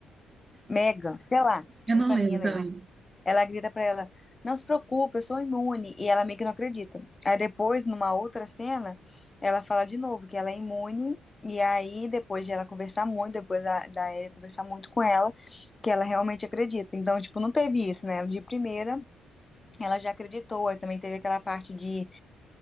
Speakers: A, on the left; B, on the right.
A: Megan, sei lá,
B: Eu
A: essa
B: não lembro
A: menina
B: também.
A: aí. Ela grita pra ela: Não se preocupe, eu sou imune. E ela meio que não acredita. Aí depois, numa outra cena, ela fala de novo que ela é imune. E aí, depois de ela conversar muito, depois da, da Ellie conversar muito com ela, que ela realmente acredita. Então, tipo, não teve isso, né? De primeira, ela já acreditou. Aí também teve aquela parte de,